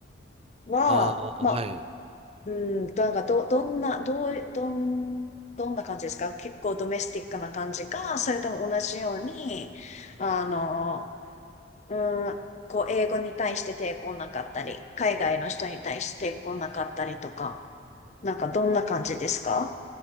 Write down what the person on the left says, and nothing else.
は、
ま
うんとなんかどどんなどうどどんな感じですか結構ドメスティックな感じかそれとも同じようにあのうんこう英語に対して抵抗なかったり海外の人に対して抵抗なかったりとかなんかどんな感じですか